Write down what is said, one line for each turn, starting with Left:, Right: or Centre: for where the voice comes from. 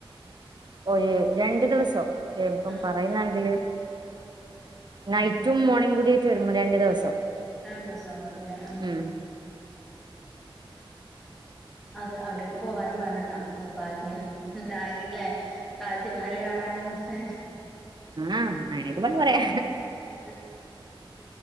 Right: ഒരു രണ്ടു ദിവസം എപ്പം
Centre: ആ
Right: പറയുന്നങ്കില് നൈറ്റും
Centre: ഉം
Right: മോർണിങ് കൂടി ച്ചു വരുമ്പ രണ്ടു ദിവസം
Centre: രണ്ടു ദിവസം അങ്ങോട്ടില്ലേ ആ
Right: ഉം
Centre: അത് അവിടൊക്കെ പോവാനും വേണോട്ടാ ഒരു ഭാഗ്യം <unintelligible> ല്ലേ താജ്മഹല് കാണാനും ഏ
Right: ആഹ് അനേ <unintelligible> പറയാ
Centre: ഉം